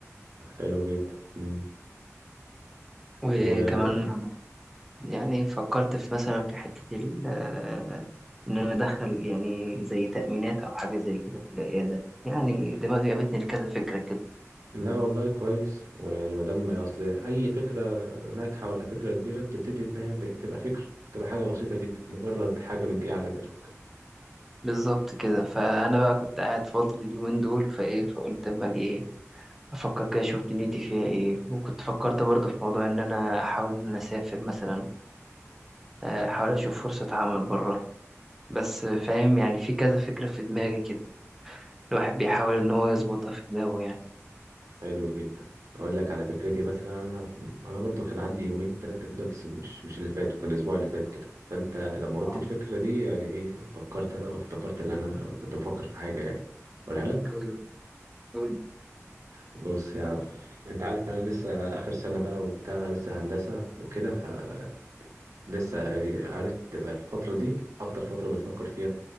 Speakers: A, on the right (about 80°); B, in the centre.
A: حلو جدا مم.
B: وكمان
A: و
B: يعني فكرت في مثلا في حتة ال- آه، ان انا ادخل يعني زي تأمينات او حاجة زي كده في العيادة يعني دماغي جابتني لكذا فكرة كده
A: لا والله كويس ويعني ما دام اصل اي فكرة ناجحة ولا فكرة كبيرة بتبتدي انها بتبقى فكرة بتبقى حاجة بسيطة جدا مجرد حاجة بتجي على بالك
B: بالظبط كده فانا بقى كنت قاعد فاضي اليومين دول فايه فقلت اما اجي ايه افكر كده اشوف دنيتي فيها ايه وكنت فكرت برضه في موضوع ان انا احاول ان انا اسافر مثلا احاول اشوف فرصة عمل بره بس فاهم يعني في كذا فكرة في دماغي كده الواحد بيحاول ان هو يظبطها في دماغه يعني
A: حلو جدا اقول لك على فكرتي مثلا انا انا برضو كان عندي يومين ثلاثه كده بس مش مش اللي فات وكان الاسبوع اللي فات كده فانت لما قلت
B: آه،
A: الفكره دي يعني ايه فكرت انا وافتكرت ان انا كنت بفكر في حاجه يعني اقولها لك
B: أيوة. قول.
A: بص يا عم انت عارف انا لسه اخر سنه بقى وبتاع لسه هندسه وكده فلسه يعني عارف تبقى الفتره دي اكتر فتره بتفكر فيها